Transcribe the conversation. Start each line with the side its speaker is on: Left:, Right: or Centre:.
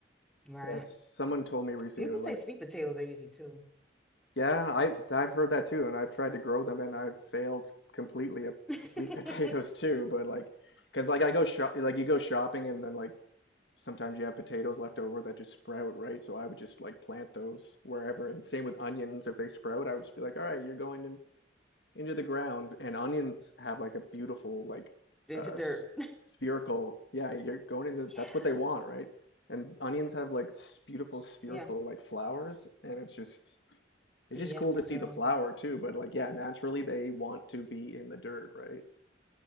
Centre: right?
Left: Yes, someone told me recently,
Centre: People
Left: like,
Centre: say sweet potatoes are easy too.
Left: yeah, I I've heard that too, and I've tried to grow them, and I've failed completely at
Centre: <laughs>
Left: sweet <laughs> potatoes too. But like, because like I go shop, like you go shopping, and then like sometimes you have potatoes left over that just sprout, right? So I would just like plant those wherever. And same with onions, if they sprout, I would just be like, all right, you're going in, into the ground. And onions have like a beautiful, like
Centre: Into
Left: uh,
Centre: dirt.
Left: spherical, yeah, you're going in the, that's
Centre: Yeah.
Left: what they want, right? And onions have like s- beautiful spherical
Centre: Yeah.
Left: like flowers, and it's just it's
Centre: Yes,
Left: just cool
Centre: they
Left: to
Centre: do.
Left: see the flower too. But like, yeah, naturally they want to be in the dirt, right?